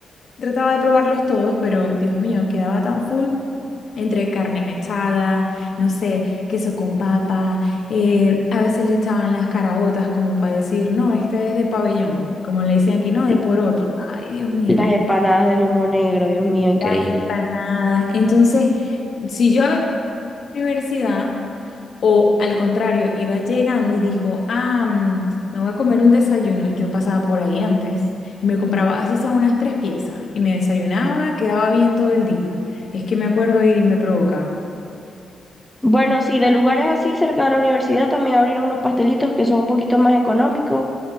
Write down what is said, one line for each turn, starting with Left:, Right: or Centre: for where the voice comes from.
Left: Trataba de probarlos todos, pero Dios mío, quedaba tan full entre carne mechada, no sé, queso con papa, eh, a veces le echaban las caraotas como para decir, no, este es de pabellón, como le dicen aquí, no,
Centre: Sí.
Left: de poroto. Ay, Dios mío.
Centre: Las empanadas de lomo negro, Dios mío, increíble.
Left: Las empanadas. Entonces, si yo a universidad o al contrario, iba llegando y dijo, ah, mm, me voy a comer un desayuno. Yo pasaba por ahí antes y me compraba así sea unas tres piezas y me desayunaba, quedaba bien todo el día. Es que me acuerdo y me provoca.
Centre: Bueno, sí, de lugares así cerca de la universidad también abrieron unos pastelitos que son un poquito más económicos